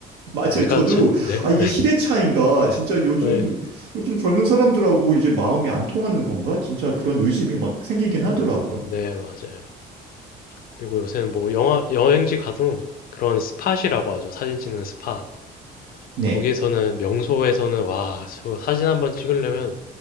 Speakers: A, on the right; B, on the left.
A: 맞아요.
B: 내가
A: 저도,
B: 자, 내가
A: 아, 이게
B: <laughs>
A: 시대 차인가?
B: 네,
A: 진짜 요즘,
B: 네,
A: 요즘 젊은 사람들하고 이제 마음이 안 통하는 건가? 진짜 그런 의심이 막 생기긴
B: 네,
A: 하더라고요.
B: 네, 맞아요. 그리고 요새는 뭐 영화, 여행지 가도 그런 스팟이라고 하죠. 사진 찍는 스팟.
A: 네.
B: 거기서는 명소에서는 와, 저 사진 한번 찍으려면